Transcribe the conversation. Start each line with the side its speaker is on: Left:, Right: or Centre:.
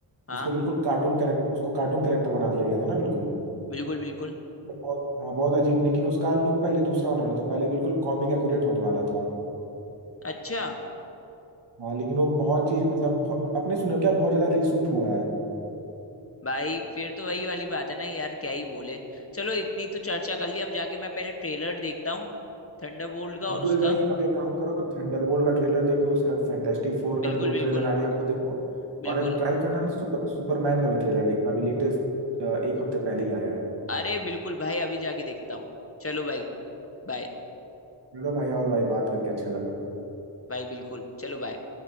Left: हाँ
Right: उसको बिल्कुल कार्टून करेक्ट उसको कार्टून करेक्टर बना दिया गया था ना बिल्कुल
Left: बिल्कुल बिल्कुल
Right: मतलब बहुत हाँ बहुत अजीब लेकिन उसका लुक पहले दूसरा होने वाला था पहले बिल्कुल कॉमिक एक्यूरेट होने वाला था
Left: अच्छा
Right: हाँ लेकिन वो बहुत चीज मतलब बहुत अपने सुने हो क्या बहुत ज्यादा रीशूट हुआ है
Left: भाई फिर तो वही वाली बात है ना यार क्या ही बोले चलो इतनी तो चर्चा कर ली अब जाके मैं पहले ट्रेलर देखता हूँ थंडरबोल्ट का
Right: बिल्कुल
Left: और उसका
Right: नहीं आप एक काम करो थंडरबोल्ट का ट्रेलर देखो उसका फैंटास्टिक फोर का
Left: बिल्कुल
Right: दो
Left: बिल्कुल
Right: ट्रेलर आ गया वो देखो
Left: बिल्कुल
Right: और एक ट्राई करना ना सुपर सुपरमैन का भी ट्रेलर देखना अभी लेटेस्ट एक हफ्ते पहले ही आया है
Left: अरे बिल्कुल भाई अभी जाके देखता हूँ चलो भाई बाय
Right: चलो भाई और भाई बात करके अच्छा लगा
Left: भाई बिल्कुल चलो बाय